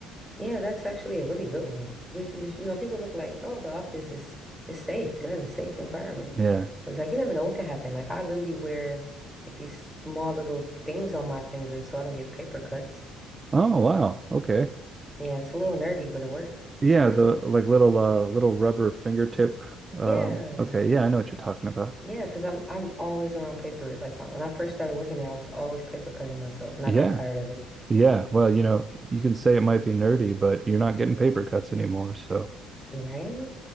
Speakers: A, in the centre; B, on the right (about 30°).
A: Yeah, that's actually a really good one. Because, because, you know, people look like, oh, the office is is safe. You're in a safe environment.
B: yeah.
A: But it's like you never know what could happen. Like I literally wear like these small little things on my fingers so I don't get paper cuts.
B: Oh, wow. Okay.
A: Yeah, it's a little nerdy, but it works.
B: Yeah,
A: <laughs>
B: the like little uh little rubber fingertip. Um,
A: Yeah.
B: okay, yeah, I know what you're talking about.
A: Yeah, because I'm I'm always around paper. Like my, when I first started working there, I was always paper cutting myself and
B: Yeah.
A: I got tired of it.
B: Yeah. Well, you know, you can say it might be nerdy, but you're not getting paper cuts anymore, so
A: Right?